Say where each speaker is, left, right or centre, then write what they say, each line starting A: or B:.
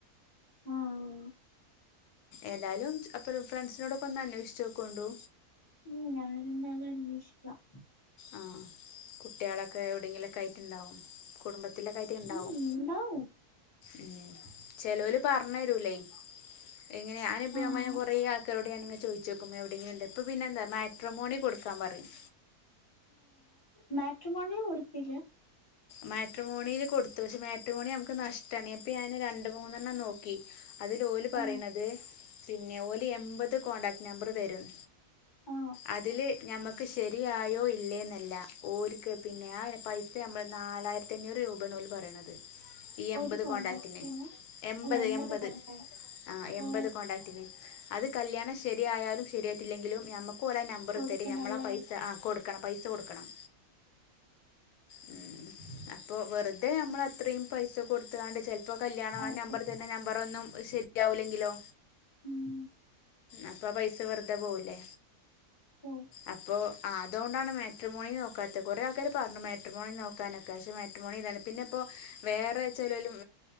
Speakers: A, on the left (about 20°); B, on the left (about 85°).
A: ആ ഹ്
B: ഏതായാലും അപ്പം ഫ്രണ്ട്സിനോടൊക്കെ ഒന്ന് അന്വേഷ്ച്ചോക്കോണ്ടു
A: ഉം ഞാനിന്നാലന്വേഷിക്കാം
B: ആ കുട്ടികളൊക്കെ എവിടെങ്കിലുംക്കെ ആയിട്ട്ണ്ടാവും കുടുംബത്തിലൊക്കായിട്ട് ഇണ്ടാവും
A: ഉം ഉണ്ടാവും
B: ഉ ചെലോല് പർഞ്ഞരുല്ലേ എങ്ങനെയ ഞാന ഇപ്പ
A: ആഹ്
B: കുറെ ആൾക്കാരോട്ടെ ന ചോദിച്ചുക്കു എവിടെങ്കിലും ഉണ്ട് ഇപ്പൊ പിന്നെന്താ മാട്രമോണി കൊടുക്കാൻ പറയും
A: മാട്രമോണില് കൊടുത്തില്ല
B: മാട്രമോണില് കൊടുത്തു പക്ഷെ മാട്രമോണി നമക്ക് നഷ്ടാണ് അപ്പൊ ഞാന് രണ്ട് മൂന്നെണ്ണം നോക്കി അതിലോല് പറിണത്
A: ആ
B: പിന്നെ ഓല് എൺമ്പത് കോടാക്റ്റ് നമ്പറ് തരും
A: ആ
B: അതില് ഞമ്മക്ക് ഷ് ശരിയായോ ഇല്ലേന്നല്ല ഓൽക്ക് പിന്നെ ആ പൈസ നമ്മൾ നാലായിരത്തി അഞ്ഞൂറ് രൂപേണ് ഓല് പറിണത് ഈ എൺപത്
A: ഒരു കോൺടാക്റ്റിന്
B: കോണ്ടാക്ററ്റ്ന് എൺപത്
A: അല്ല
B: എൺപത്
A: കോൺടാക്ട്
B: ആ എൺപത്
A: ഓ
B: കോണ്ടാക്റ്റ്ന് അത് കല്യാണം ശരിയായാലും ശരിയായിട്ടില്ലെങ്കിലും നമ്മക്ക് പോലെ നമ്പറ്
A: കൊടുക്കണല്ലേ
B: തരും നമ്മളാ പൈസ അ കൊടുക്കണം പൈസ കൊടുക്കണം ഉം അപ്പോ വെറുത അതെ നമ്മളത്രിമ് പൈസ കോ കൊടുതാണ്ട് ചേലപ്പോ കല്യാണം
A: അതെ
B: ആ നമ്പർ തന്നെ നമ്പറൊന്നും ശരി ലാവുല്ലെങ്കിലോ
A: ഉം
B: അപ്പ പൈസ വെറുതെ പോവ് ലേ
A: ഓ
B: അപ്പൊ അതോണ്ടാണ് മാട്രമോണി നോക്കാത് കൊറെ ആൾക്കാര് പറഞ്ഞു മെട്രിമോണി നോക്കാനൊക്കെ പക്ഷെ മെട്രിമോണി ഇതാണ് പിന്നെ ഇപ്പോ വേറെ ചെലോല്